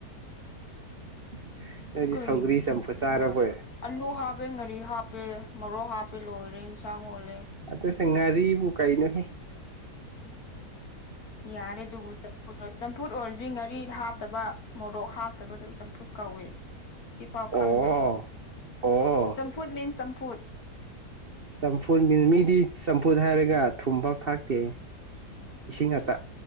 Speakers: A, on the right; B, on the left.
A: <inaudible> ꯅꯣꯏꯗꯤ
B: ꯀꯩꯅꯣ
A: ꯁꯧꯒ꯭ꯔꯤ ꯆꯝꯐꯨꯠ
B: ꯆꯝꯐꯨ
A: ꯆꯥꯔꯕꯣꯏ
B: ꯊꯥꯔꯦ ꯑꯂꯨ ꯍꯥꯞꯄꯦ ꯉꯥꯔꯤ ꯍꯥꯞꯄꯦ ꯃꯔꯣꯛ ꯍꯥꯞꯄꯄꯤ ꯂꯣꯏꯔꯦ ꯏꯟꯁꯥꯡ ꯑꯣꯜꯂꯦ
A: ꯑꯗꯨꯁ ꯍꯡ ꯉꯥꯔꯤꯕ ꯀꯩꯅꯨꯍꯦ
B: ꯌꯥꯔꯦ ꯑꯗꯨꯕꯨ ꯆꯝꯐꯨꯠ ꯑꯣꯏ ꯆꯝꯐꯨꯠ ꯑꯣꯏꯔ꯭ꯗꯤ ꯉꯥꯔꯤ ꯍꯥꯞꯇꯕ ꯃꯣꯔꯣꯛ ꯍꯥꯞꯇꯕꯗꯨ ꯆꯝꯐꯨꯠ ꯀꯧꯋꯦ ꯁꯤꯐꯥꯎ ꯈꯪꯗꯕ꯭ꯔꯣ
A: ꯑꯣ ꯑꯣ
B: ꯆꯝꯐꯨꯠ ꯃꯤꯟꯁ ꯆꯝꯐꯨꯠ
A: ꯆꯝꯐꯨ ꯃꯤꯗꯤ ꯆꯝꯐꯨꯠ ꯍꯥꯏꯔꯒ ꯊꯨꯝꯐꯥꯎ ꯊꯥꯛꯇꯦ ꯏꯁꯤꯡ ꯉꯥꯇꯥ
B: ꯑꯦ